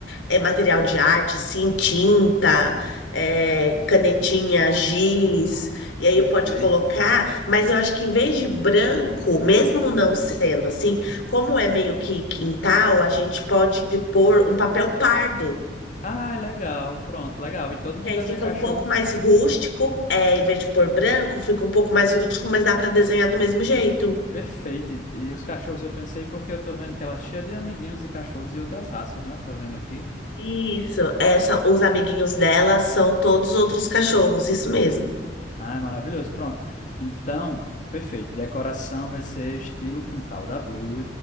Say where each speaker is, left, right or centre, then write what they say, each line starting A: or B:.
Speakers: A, on the left; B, on the left.
A: é, material de arte, assim, tinta, é, canetinha, giz, e aí
B: Perfeito.
A: pode colocar, mas eu acho que em vez de branco, mesmo não sendo assim, como é meio que quintal, a gente pode pôr um papel pardo.
B: Ah, legal, pronto, legal. E todo mundo
A: Que aí
B: desenha
A: fica
B: cachorro.
A: um pouco mais rústico, é, em vez de pôr branco, fica um pouco mais rústico, mas dá para desenhar do mesmo jeito.
B: Perfeito. E e os cachorros eu pensei porque eu tô vendo que ela é cheia de amiguinhos de cachorros e outras raças, né? Eu tô vendo aqui.
A: Isso, essa, os amiguinhos dela são todos outros cachorros, isso mesmo.
B: Ah, é maravilhoso. Pronto. Então, perfeito. Decoração vai ser estilo quintal da Blue.